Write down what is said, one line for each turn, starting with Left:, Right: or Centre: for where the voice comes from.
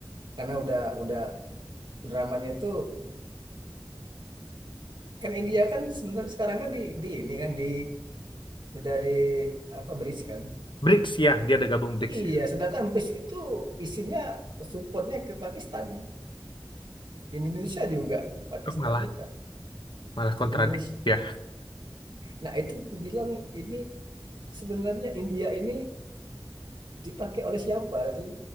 Right: karena udah udah dramanya itu kan India kan sebenarnya sekarang kan di di ini kan di udah di apa bridge kan
Left: BRICS ya, dia ada gabung BRICS
Right: Iya,
Left: ya.
Right: sedangkan bis itu isinya supportnya ke Pakistan. Indonesia juga ke Pakistan
Left: Kok malah
Right: kita.
Left: malah kontradik
Right: Indonesia.
Left: ya?
Right: Nah, itu aku bilang ini sebenarnya India ini dipakai oleh siapa sih?